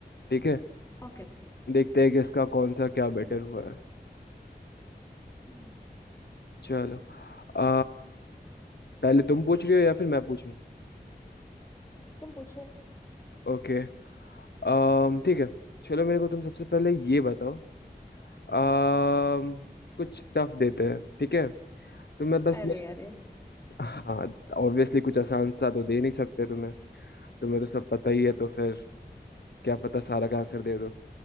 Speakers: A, on the left; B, on the left.
A: ठीक है
B: ओके
A: देखते हैं कि इसका कौन सा क्या बेटर हुआ है
B: हम्म
A: चलो अ, पहले तुम पूछ रही हो या फिर मैं पूछूं
B: तुम पूछो
A: ओके अम, ठीक है चलो मेरे को तुम सबसे पहले ये बताओ अम, कुछ टफ देते हैं ठीक है तो मैं बस
B: अरे
A: मैं
B: अरे
A: हाँ ऑब्वियसली कुछ आसान सा तो दे नहीं सकते तुम्हें तुम्हें तो सब पता ही है तो फिर क्या पता सारा का आंसर दे दो